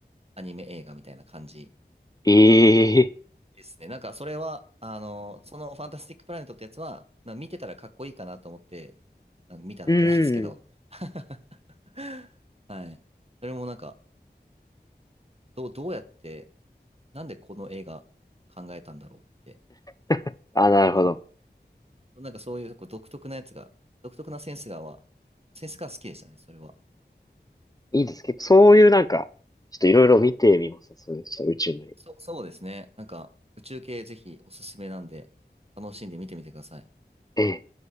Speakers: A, on the right (about 35°); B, on the left (about 20°).
A: アニメ映画みたいな感じ
B: ええ、
A: ですね。なんかそれは、あの、そのファンタスティックプラネットってやつは、な見てたらかっこいいかなと思って、あの見ただけなんですけど。
B: うん。
A: <laughs> はい。それもなんか、どう、どうやって、なんでこの映画考えたんだろうって
B: <laughs> あ、なるほど。
A: 思う。なんかそういうこう独特なやつが、独特なセンスがは、センスが好きでしたね、それは。
B: いいです。結構そういうなんか、ちょっといろいろ見てみます。そういうちょっと宇宙の旅。
A: そ、そうですね。なんか、宇宙系ぜひおすすめなんで、楽しんで見てみてください。
B: ええ